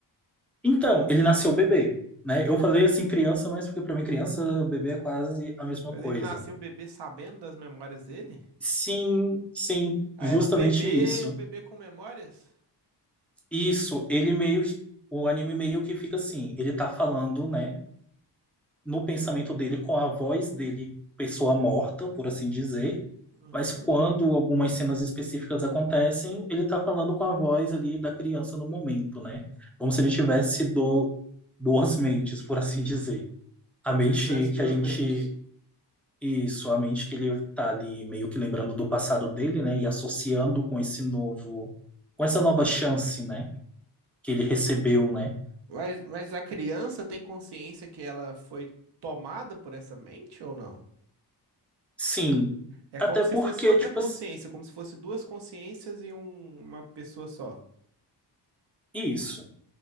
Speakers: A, in the centre; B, on the right.
A: Então, ele nasceu bebê, né? Eu falei assim criança, mas porque para mim criança, bebê é quase a mesma
B: Mas
A: coisa.
B: ele nasceu bebê sabendo das memórias dele?
A: Sim, sim,
B: Ah,
A: justamente
B: era um bebê,
A: isso.
B: um bebê com memórias?
A: Isso, ele meio, o anime meio que fica assim, ele tá falando, né, no pensamento dele com a voz dele, pessoa morta, por assim dizer,
B: Uhum.
A: mas quando algumas cenas específicas acontecem, ele tá falando com a voz ali da criança no momento, né? Como se ele tivesse do, duas mentes, por assim dizer. A
B: Como
A: mente
B: se ele tivesse
A: que
B: duas
A: a gente
B: mentes.
A: Isso, a mente que ele tá ali meio que lembrando do passado dele, né? E associando com esse novo, com essa nova chance, né? Que ele recebeu, né?
B: Mas, mas a criança tem consciência que ela foi tomada por essa mente ou não?
A: Sim,
B: É
A: até
B: como se
A: porque,
B: fosse outra
A: tipo,
B: consciência,
A: ass-
B: como se fosse duas consciências em um- uma pessoa só.
A: isso.